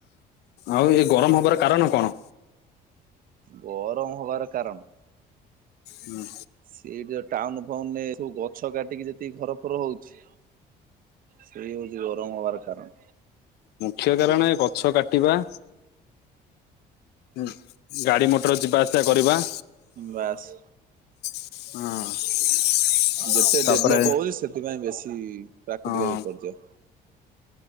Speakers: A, on the left; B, on the right.
A: ଆଉ ଏ ଗରମ ହବାର କାରଣ କଣ?
B: ଗରମ ହବାର କାରଣ
A: ହୁଁ।
B: ସେ ଯା ଟାଉନ ଫାଉନରେ ସବୁ ଗଛ କାଟିକି ଯେତିକି ଘର ଫର ହଉଛି ସେଇ ହଉଛି ଗରମ ହବାର କାରଣ।
A: ମୁଖ୍ୟ କାରଣ ଏ ଗଛ କାଟିବା। ହୁଁ ଗାଡି ମଟର ଯିବା ଆସିବା କରିବା।
B: ବାସ୍।
A: ହଁ।
B: ଯେତେ
A: ତାପରେ
B: ଡେଭଲପ ହଉଛି ସେଥିପାଇଁ ବେଶୀ ପ୍ରାକୃତିକ
A: ହଁ
B: ବିପର୍ଯ୍ୟ।